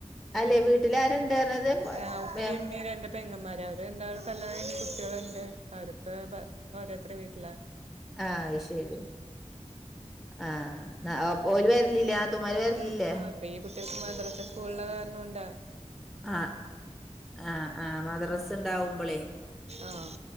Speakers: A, in the centre; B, on the right.
A: അല്ലെ വീട്ടിലരുണ്ടായിരുന്നത്
B: ആഹ് ഉപ്പയും
A: വെ
B: ഉമ്മയും രണ്ട് പെങ്ങന്മാര് അവര് രണ്ടും കല്ല്യണം കഴിഞ്ഞ് കുട്ട്യാളുണ്ട് അവരൊെക്ക ഓരോരു വീട്ടിലാ
A: ആഹ് ശരി ആഹ് ഒരു വരല്ലില്ല തുമ്മാർ വര് ലില്ലേ
B: ആഹ് ഇപ്പൊ ഈ കുട്ട്യാൾക്ക് മദ്രാസ സ്കൂൾ ഉള്ള കാരണം കൊണ്ട
A: ആഹ് ആഹ് ആഹ് മദ്രസ് ഉണ്ടാവുമ്പോളേ
B: ആഹ്